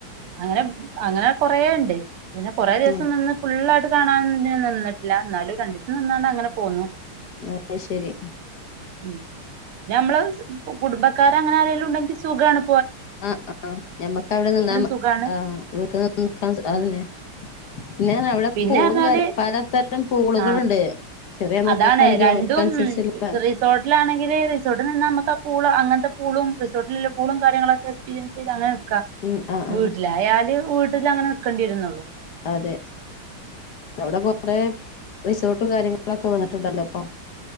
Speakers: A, on the right; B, on the left.
A: അങ്ങനെ അങ്ങനെ കൊറേ ഇണ്ട് പിന്നെ കൊറേ ദിവസം
B: ഉം
A: നിന്ന് ഫുള്ളായിട്ട് കാണാന് നിന്ന്ട്ടില്ല ഇ ന്നാലും രണ്ടീസം നിന്നാണ്ടാണ്ടങ്ങനെ പോന്നു
B: ആയ് ശരി
A: ഉം ഞമ്മള് <unintelligible> കുടുംബക്കാർ അങ്ങനെ ആരേലും ഉണ്ടങ്കി സുഖാണോ?
B: ആഹ ആഹ ഞമ്മക്ക് അവിടെ നിന്നാ
A: സുഖാണ്
B: ആഹ വീടിലെ നിക്കാൻ അതന്നെ.
A: ഉം
B: പിന്നെ അവിടെ
A: പിന്നെ
B: പൂളും
A: പറഞ്ഞാല്
B: കാര്യ പലതരം പൂളുകളുണ്ട്
A: ആഹ
B: ചെറിയ മക്കൾക്കാണെങ്കി
A: അതാണ് രണ്ടും
B: അവർക്കനുസരിച്ചുള്ള
A: റിസോർട്ടിലാണെങ്കിൽ റിസോർട്ടിൽ നിന്ന് നമുക്ക് ആ പൂള അങ്ങനത്തെ പൂളും റിസോർട്ടിലല്ല സ്കൂളും കാര്യങ്ങളും ഒക്കെ എക്സ്പീരിയൻസ് ചെയ്ത് അങ്ങ
B: ഉം ആഹ്
A: വീട്ടിലായല്
B: ആഹ്
A: വീ അ അങ്ങന നിക്കേണ്ടിവരുന്നുള്ളു
B: അതെ അവിടെ കൊറെ റിസോർട്ടും കാര്യങ്ങളൊക്കെ വന്നിട്ടുണ്ടല്ലോ അപ്പൊ